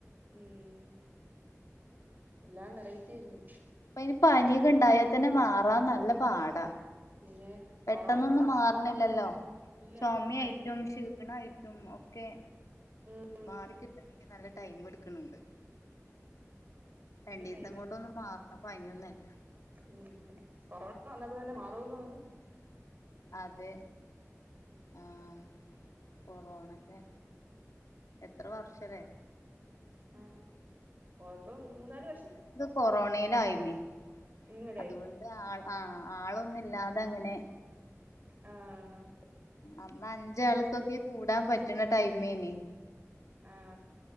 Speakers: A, on the right; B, on the left.
A: ഉം എല്ലാം വെറൈറ്റ്ല്ലേ
B: ഇപ്പൊ അയ്ന് പനിയൊ‌ക്കെണ്ടായാ തന്നെ മാറാൻ നല്ല പാടാ
A: പിന്നെ
B: പെട്ടെന്നൊന്നും
A: കൊറോണ സമയം
B: മാറണ്ല്ലല്ലോ
A: ഇല്ല
B: ചൊമെയ്ട്ടും
A: ഭയങ്കര
B: ക്ഷിണായ്ട്ടും ഒക്കെ
A: ഉം
B: മാറിക്കിട്ടൺങ്ക്ൽ നല്ല ടൈമ്ട്ക്ക്ണെണ്ട് രണ്ടീസം
A: ടൈം
B: കൊണ്ടൊന്നും മാറണ പനിയൊന്ന്ല്ല
A: ഉം ഉം കൊറോണ വന്നപ്പതന്നെ മാറോന്ന് പറഞ്ഞ്
B: അതെ ആഹ് കൊറോണക്കെ എത്ര വർഷല്ലേ
A: ഉം ഓല്പ്പോ മൂന്നാല് വർഷം
B: കൊറോണെലായ്നി
A: നിങ്ങടെ
B: അതുകൊണ്ട് അഹ് ആഹ് ആളൊന്നുല്ലാതങ്ങനെ
A: ആഹ് ഹാ
B: അന്ന് അഞ്ചാൾക്കൊക്കെ കൂടാൻ പറ്റ്ണ ടൈമെനി
A: ആഹ്